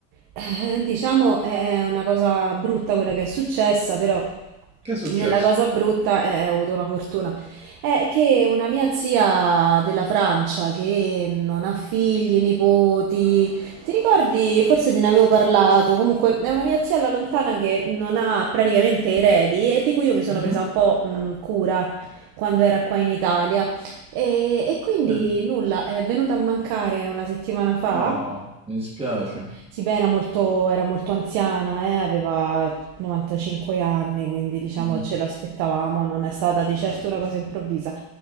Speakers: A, on the right; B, on the right.
A: eh, diciamo è una cosa brutta quella che è successa, però
B: Che è successo?
A: nella cosa brutta eh, ho avuto una fortuna. È che una mia zia della Francia che non ha figli, nipoti, ti ricordi? Forse te ne avevo parlato. Comunque, è una mia zia alla lontana che non ha praticamente eredi e di cui io mi sono
B: Mhm,
A: presa un po' mh, cura quando era qua in Italia. E, e quindi
B: ok.
A: nulla, è venuta a mancare una settimana fa
B: No, mi dispiace.
A: sì, beh, era molto, era molto anziana, eh, aveva 95 anni, quindi diciamo
B: Mm.
A: ce l'aspettavamo, non è stata di certo una cosa improvvisa.